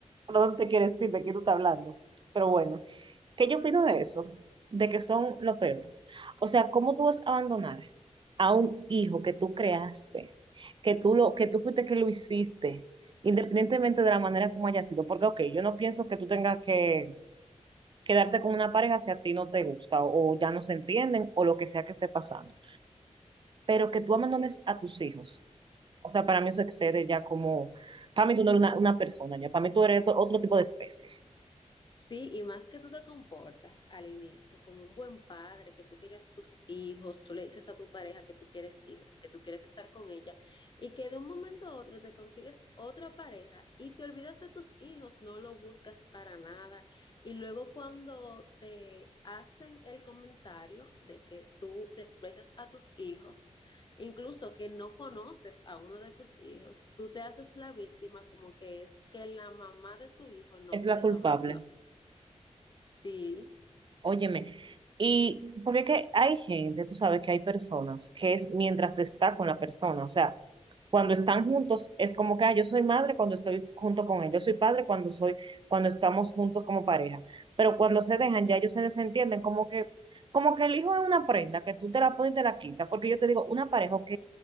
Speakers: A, on the right; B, on the left.
A: por dónde te quieres ir, de qué tú estás hablando. Pero bueno, ¿qué yo opino de eso? De que son lo peor. O sea, ¿cómo tú vas a abandonar a un hijo que tú creaste, que tú lo, que tú fuiste que lo hiciste, independientemente de la manera como haya sido? Porque, ok, yo no pienso que tú tengas que quedarte con una pareja si a ti no te gusta o, o ya no se entienden o lo que sea que esté pasando. Pero que tú abandones a tus hijos O sea, para mí eso excede ya como, para mí tú no eres una, una persona, ya para mí tú eres otro, otro tipo de especie.
B: Sí, y más que tú te comportas al inicio como un buen padre, que tú quieres tus hijos, tú le dices a tu pareja que tú quieres hijos y que tú quieres estar con ella, y que de un momento a otro te consigues otra pareja y te olvidas de tus hijos, no lo buscas para nada. Y luego cuando te hacen el comentario de que tú desprecias a tus hijos, incluso que no conoces a uno de tus hijos, tú te haces la víctima como que es que la mamá de tu hijo no
A: Es la
B: te deja
A: culpable.
B: verlos. Sí,
A: Óyeme, y porque es que hay gente, tú sabes que hay personas que es mientras está con la persona, o sea, cuando están juntos es como que ah, yo soy madre cuando estoy junto con él, yo soy padre cuando soy, cuando estamos juntos como pareja, pero cuando se dejan ya ellos se desentienden como que, como que el hijo es una prenda que tú te la pones y te la quitas, porque yo te digo, una pareja, ok,